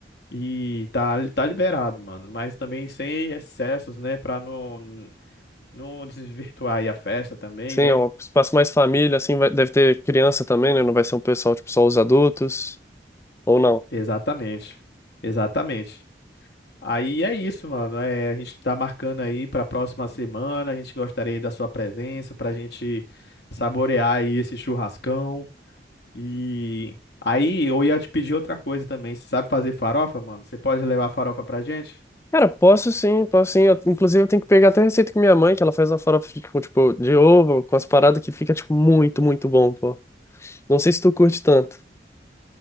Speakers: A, on the left; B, on the left.
A: E tá, tá liberado, mano. Mas também sem excessos, né? Pra não, não desvirtuar aí a festa também,
B: Sim,
A: né?
B: é um espaço mais família, assim, vai- deve ter criança também, né? Não vai ser um pessoal, tipo, só os adultos, ou não?
A: Exatamente. Exatamente. Aí é isso, mano. É, a gente tá marcando aí pra próxima semana. A gente gostaria da sua presença pra gente saborear aí esse churrascão. E aí eu ia te pedir outra coisa também. Você sabe fazer farofa, mano? Você pode levar farofa pra gente?
B: Cara, posso sim, posso sim. Eu- inclusive, eu tenho que pegar até a receita com minha mãe, que ela faz uma farofa, tipo, tipo, de ovo, com as paradas que fica, tipo, muito, muito bom, pô. Não sei se tu curte tanto.